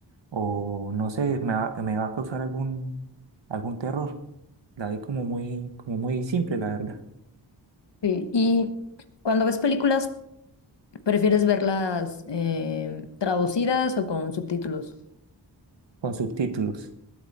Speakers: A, on the right; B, on the left.
A: o no sé, me va, me va a causar algún, algún terror. La vi como muy, como muy simple, la verdad,
B: Sí. Y cuando ves películas, ¿prefieres verlas eh, traducidas o con subtítulos?
A: con subtítulos.